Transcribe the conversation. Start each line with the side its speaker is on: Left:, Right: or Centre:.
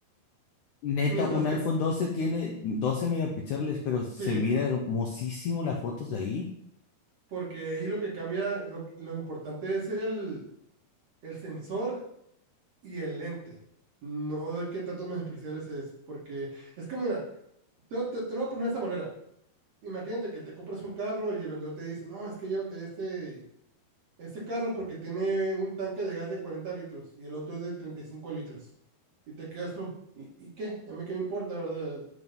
Left: Neta,
Right: Mientras
Left: un
Right: que,
Left: iPhone doce tiene 12 megapíxeles, pero se
Right: sí,
Left: mira hermosísimo las fotos de ahí.
Right: porque ahí lo que cambia, lo, lo importante es el, el sensor y el lente, no de qué tantos megapíxeles es, porque es como, mira, te, te- te lo voy a poner de esta manera. Imagínate que te compras un carro y el vendedor te dice, no, es que llévate este, este carro porque tiene un tanque de gas de 40 litros y el otro es de 35 litros. Y te quedas tú, ¿y, y qué? A mí qué me importa, ¿verdad?